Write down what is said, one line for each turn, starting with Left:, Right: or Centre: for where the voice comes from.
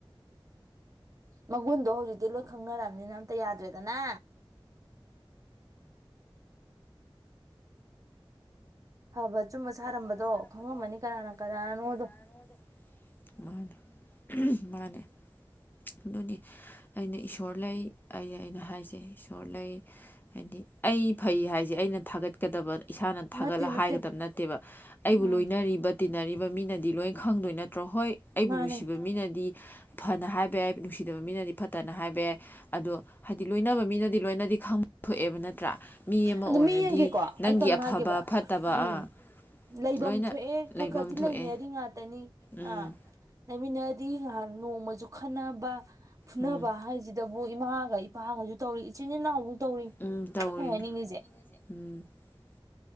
Right: ꯃꯒꯨꯟꯗꯣ ꯍꯧꯖꯤꯛꯇꯤ ꯂꯣꯏ ꯈꯪꯅꯔꯕꯅꯤꯅ ꯑꯝꯇ ꯌꯥꯗ꯭ꯔꯦꯗꯅ ꯐꯕ ꯑꯆꯨꯝꯕ ꯁꯥꯔꯝꯕꯗꯣ
Left: ꯆꯨꯝꯕ
Right: ꯈꯪꯉꯝꯃꯅꯤ ꯀꯅꯥꯅ ꯀꯅꯥꯅꯣꯗꯣ
Left: ꯁꯥꯔꯝꯕꯗꯣꯅ <inaudible> ꯃꯅꯤ ꯃꯅꯦ ꯑꯗꯨꯅꯤ ꯑꯩꯅ ꯏꯁꯣꯔ ꯂꯩ ꯑꯩ ꯑꯩꯅ ꯍꯥꯏꯖꯩ ꯏꯁꯣꯔ ꯂꯩ ꯍꯥꯏꯗꯤ ꯑꯩ ꯐꯩ ꯍꯥꯏꯁꯦ ꯑꯩꯅ ꯊꯥꯒꯠꯀꯗꯕ ꯏꯁꯥꯅ ꯊꯥꯒꯠꯂꯒ
Right: ꯅꯠꯇꯦ ꯅꯠꯇꯦ
Left: ꯍꯥꯏꯒꯗꯕ ꯅꯠꯇꯦꯕ ꯑꯩꯕꯨ
Right: ꯎꯝ
Left: ꯂꯣꯏꯅꯔꯤꯕ ꯇꯤꯟꯅꯔꯤꯕ ꯃꯤꯅꯗꯤ ꯗꯤ ꯂꯣꯏꯅ ꯈꯪꯗꯣꯏ ꯅꯠꯇ꯭ꯔꯣ ꯍꯣꯏ ꯑꯩꯕꯨ
Right: ꯃꯥꯅꯦ
Left: ꯅꯨꯡꯁꯤꯕ ꯃꯤꯅꯗꯤ ꯐꯅ ꯍꯥꯏꯕ ꯍꯥꯏꯕ ꯌꯥꯏ ꯅꯨꯡꯁꯤꯗꯕ ꯃꯤꯅꯗꯤ ꯐꯠꯇꯅ ꯍꯥꯏꯕ ꯌꯥꯏ ꯑꯗꯣ ꯍꯥꯏꯗꯤ ꯂꯣꯏꯅꯕ ꯃꯤꯅꯗꯤ ꯂꯣꯏꯅꯗꯤ ꯈꯪ ꯊꯣꯛꯑꯦꯕ ꯅꯠꯇ꯭ꯔꯥ ꯃꯤ ꯑꯃ
Right: ꯑꯗꯣ
Left: ꯑꯣꯏꯔꯗꯤ
Right: ꯃꯤ ꯌꯦꯡꯒꯦꯀꯣ
Left: ꯅꯪꯒꯤ
Right: ꯑꯩ ꯀꯩꯅꯣꯝ
Left: ꯑꯐꯕ
Right: ꯍꯥꯏꯒꯦꯕ
Left: ꯐꯠꯇꯕ
Right: ꯎꯝ
Left: ꯑꯥ
Right: ꯂꯩꯐꯝ
Left: ꯂꯣꯏꯅ
Right: ꯊꯣꯛꯑꯦ ꯈꯔ
Left: ꯂꯩꯐꯝ
Right: ꯈꯔꯗꯤ ꯂꯩꯅꯔꯤ
Left: ꯊꯣꯛꯑꯦ
Right: ꯉꯥꯇ
Left: ꯎꯝ
Right: ꯑꯥ ꯂꯩꯃꯤꯟꯅꯔꯗꯤ ꯉꯍꯥꯟ ꯅꯣꯡꯃꯁꯨ ꯈꯟꯅꯕ ꯐꯨꯅꯕ
Left: ꯎꯝ
Right: ꯍꯥꯏꯁꯤꯗꯕꯨ ꯏꯃꯥꯒ ꯏꯄꯥꯒꯁꯨ ꯇꯧꯔꯤ ꯏꯆꯤꯟ ꯏꯅꯥꯎꯕꯨ ꯇꯧꯔꯤ
Left: ꯎꯝ ꯇꯧꯔꯤ
Right: ꯑꯩꯅ ꯍꯥꯏꯅꯤꯡꯉꯤꯁꯦ
Left: ꯎꯝ <inaudible>